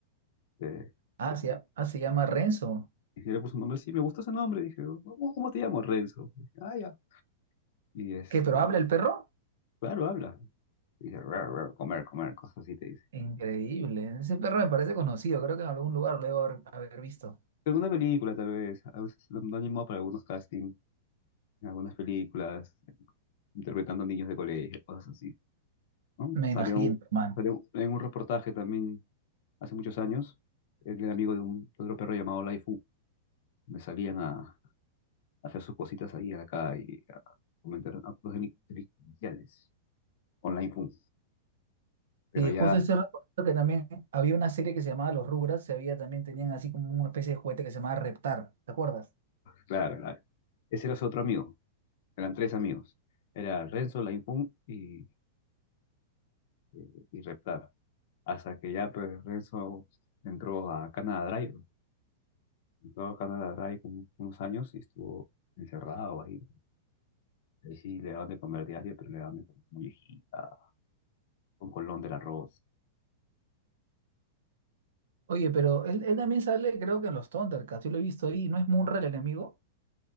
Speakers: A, on the left; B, on the right.
A: Eh,
B: Ah, se, ll- ah, se llama Renzo.
A: y yo le puse un nombre, sí, me gustó ese nombre. Dije, "Oh, ¿cómo, cómo te llamo, Renzo? Dije, ah, ya. Y este,
B: ¿Qué, pero habla el perro?
A: claro, habla. Dice, "Rar, rar, comer, comer, cosas así te dice.
B: Increíble. Ese perro me parece conocido. Creo que en algún lugar lo debo haber, haber visto.
A: Alguna película, tal vez. A veces lo han llamado para algunos castings, en algunas películas, interpretando niños de colegio, cosas así. ¿no?
B: Me
A: Salió
B: imagino,
A: un-
B: hermano.
A: salió en un reportaje también hace muchos años, el amigo de, un, de otro perro llamado Laifu, me salían a, a hacer sus cositas ahí a la calle, a cometer actos deli- delincuenciales con Laifu. Pero
B: Y
A: ya,
B: justo estoy recordando que también había una serie que se llamaba Los Rugrats. Se había también tenían así como una especie de juguete que se llamaba Reptar. ¿Te acuerdas?
A: claro, la- ese era su otro amigo, eran tres amigos, era Renzo, Laifu y, eh, y Reptar, hasta que ya pues Renzo entró a Canada Drive, entró a Canada Drive como unos años y estuvo encerrado ahí Ahí sí le daban de comer diario, pero le daban de comer muñequita, con colón del arroz.
B: Oye, pero él, él también sale, creo que en los Thundercats. Yo lo he visto ahí. ¿No es Munra el enemigo?